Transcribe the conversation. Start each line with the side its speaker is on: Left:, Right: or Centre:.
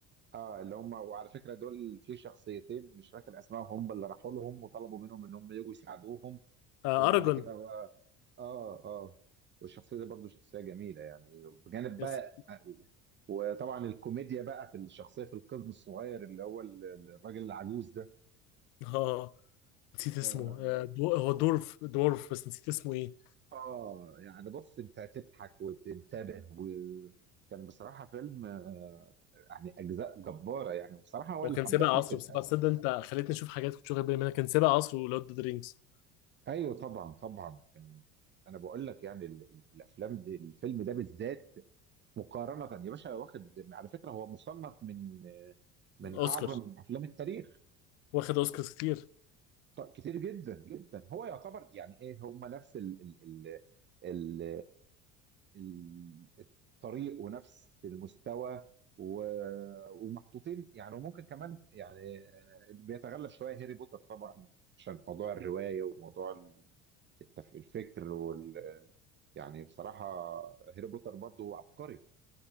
Right: اه اللي هم وعلى فكره دول في شخصيتين مش فاكر اسمائهم هم اللي راحوا لهم وطلبوا منهم ان هم يجوا يساعدوهم
Left: آه
Right: وبعد
Left: اراجون
Right: كده بقى اه اه والشخصيه دي برضو شخصيه جميله يعني بجانب بقى
Left: يس
Right: وطبعا الكوميديا بقى في الشخصيه في القزم الصغير اللي هو ال- الراجل العجوز ده
Left: اه نسيت اسمه
Right: اه
Left: آه دو... هو دورف دورف بس نسيت اسمه ايه
Right: آه، يعني بص انت هتضحك وتنتبه وكان بصراحه فيلم آه، يعني اجزاء جباره يعني وبصراحه هو
Left: هو
Right: اللي
Left: كان
Right: حببني
Left: سابق عصره
Right: في الأب.
Left: بس تصدق انت خليتني اشوف حاجات كنت واخد بالي منها كان سابق عصره لورد اوف ذا رينجز
Right: ايوه طبعا طبعا كان انا بقول لك يعني ال- ال- الافلام دي الفيلم ده بالذات مقارنة يا باشا واخد على فكرة هو مصنف من من
Left: اوسكار
Right: أعظم أفلام التاريخ
Left: واخد اوسكارز كتير
Right: ط- كتير جدا جدا هو يعتبر يعني إيه هم نفس ال ال ال ال ال- الطريق ونفس المستوى و- ومحطوطين يعني وممكن كمان يعني بيتغلب شوية هاري بوتر طبعا عشان موضوع الرواية وموضوع التف- الفكر وال يعني بصراحة هاري بوتر برضه عبقري